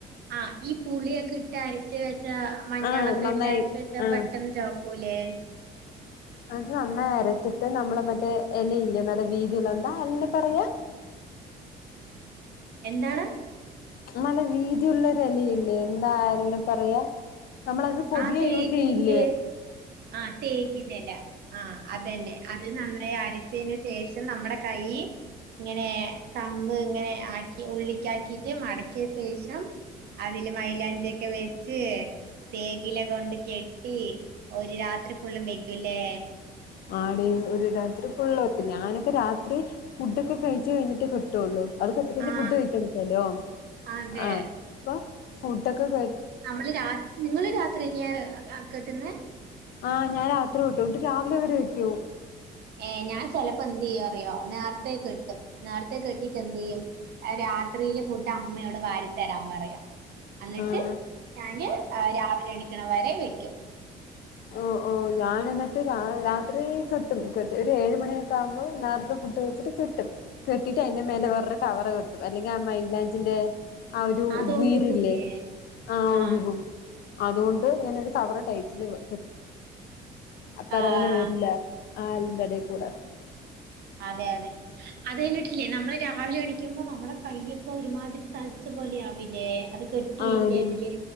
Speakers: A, on the right; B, on the left.
A: ആഹ ഈ പുളിയൊക്കെ ഇട്ട് അരച്ച വെച്ചാ മഞ്ഞളൊക്കെ
B: ആഹ് നന്നായി
A: ഇട്ട അരച്ച വെച്ചാ
B: ആഹ്
A: പെട്ടെന്ന് ചവപ്പൂല ല്ലേ
B: എന്ന നന്ന അരച്ചിട്ട് നമ്മള് മറ്റേ ഇലയില്ല ന വീതി അറെ പറയാ
A: എന്താണ്
B: നല്ല വീതി ഉുള്ള ഒരു അലയില്ലേ എന്താ പറയാ നമ്മളത് പതിയ
A: ആ തേക്കിന്റെ
B: യൂസ് ചെയ്ല്ലേ
A: ആ തേക്കില ആ അതന്നെ അത് നന്നായി അരച്ചതിനന് ശേഷം നമ്മ കാര് ഇന തമ്പ് ഇങ്ങനെ ആക്കി ഉള്ള ആക്കിട്ട് മടക്കിയ ശേഷം അതില് മലാഞ്ചിയൊക്കെ വെച്ച് തേക്കയിലൊക്കെ കൊണ്ട് കെട്ടി ഒരു രാത്രി ഫുള്ളും വെക്കൂല്ലേ
B: ആടി ഒരു രാത്രി ഫുള് വെക്കും ഞാനൊക്കെ രാത്രി ഫുടൊക്കെ കഴിച്ചച്ച് കഴിഞ്ഞിട്ട കേറ്റുവൊള്ളൂ അത് കെട്ടിക്ക
A: ആ
B: ഫുഡ് കഴിക്കാ പറ്റാലോ
A: അതെ
B: ആ ഇപ്പൊ ഫുഡൊക്കെ കേ
A: നമ്മള് രാ നിങ്ങള് രാത്രിന കെട്ടുന്ന
B: ആ ഞാൻ രാത്രി വിട്ടു ഇട്ട് രാവിലെ വരെ വയ്ക്കോ
A: ഏ ഞാൻ ചെിലപ്പോ എന്ത് ചെയ്യും അറിയോ നേരത്തെ കെട്ടും നേരത്തെ കെട്ടിട്ട് എന്ത് ചെയ്യും രാത്രിയില് ഫുഡ് അമ്മയോട് വാരിത്തരാൻ പറയാം എന്നിട്ട്
B: ആഹ്
A: ഞാന് രാവിലെ എണിക്കണം വരെ വെക്കും
B: ഓ ഓ ഞാൻ എന്നിട്ട് രാത്രികെട്ടും ഒരു എഴു മണി ുമ്പോ നേരത്തെ ഫുഡ് കഴിച്ചിട്ട് കെട്ടും കെട്ടിട്ട് അതിന്റെ മേലെ
A: ഉം
B: വേറൊരു കവറ് കെട്ടും അല്ലെങ്കിൽ ആ മൈലാഞ്ചിന്റെ ആ ഒരു
A: അതോരുകൂല്ലേ
B: നീരില്ലേ ആ് ഒഴുകും
A: ആഹ്
B: അതുകൊണ്ട് ഇങ്ങനൊരു കവറടൈറ്റില് വ അപ്പൊ
A: ആഹ്
B: അതങ്ങനെ വരില്ല ആ ആലിന്റെടയിൽ കൂടാ
A: അതെ അതെ അത് കഴിഞ്ഞിട്ടില്ലേ നമ്മള് രാവിലെ എണിക്കുമ്പോ നമ്മുടെ കയ്യൊക്കെ ഒരുമാതിരിം ചലച്ച പോലെ ആവില്ലേ അത് കെട്ടിയതിന്റെ
B: ആടി
A: അതില്